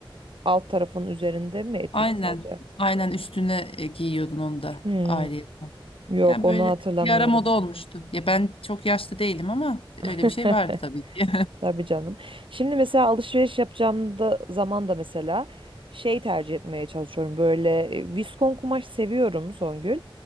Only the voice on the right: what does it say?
Alt tarafın üzerinde mi etek
sadece?
Hmm,
yok
onu
hatırlamıyorum.
<laughs>
Tabii canım. Şimdi mesela alışveriş yapacağım da zaman da mesela şey tercih etmeye çalışıyorum. Böyle e, viskon kumaş seviyorum Songül.